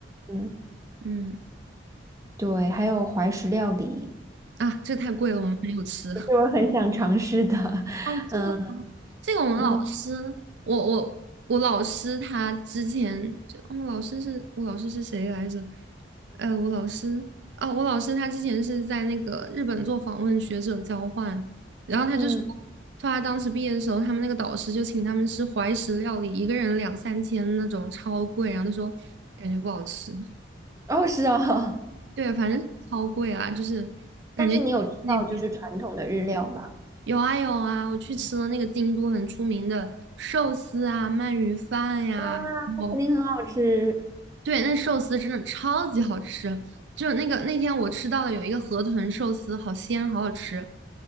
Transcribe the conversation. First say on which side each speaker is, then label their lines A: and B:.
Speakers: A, on the right; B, on the right.
A: 嗯，
B: 嗯，
A: 对，还有怀石料理。
B: 啊，这个太贵了，我们没有吃。<laughs>
A: 是我很想尝试的。
B: 哦，这个
A: 嗯
B: 这个我们老师，
A: 嗯
B: 我我我老师他之前就，嗯，老师是我老师是谁来着？呃，我老师啊，我老师他之前是在那个日本做访问学者交换，然后他就说，
A: 嗯，
B: 说他当时毕业的时候，他们那个导师就请他们吃怀石料理，一个人两三千那种，超贵，然后他说感觉不好吃，
A: 哦是哦，
B: 对，反正超贵啊，就是
A: <laughs>
B: 感觉那边。
A: 但是你有吃到就是传统的日料吗？
B: 有啊有啊，我去吃了那个京都很出名的寿司啊、鳗鱼饭呀、
A: 哇，
B: 然后
A: 肯定很好吃。
B: 对，那寿司真的超级好吃，就那个那天我吃到了有一个河豚寿司，好鲜，好好吃。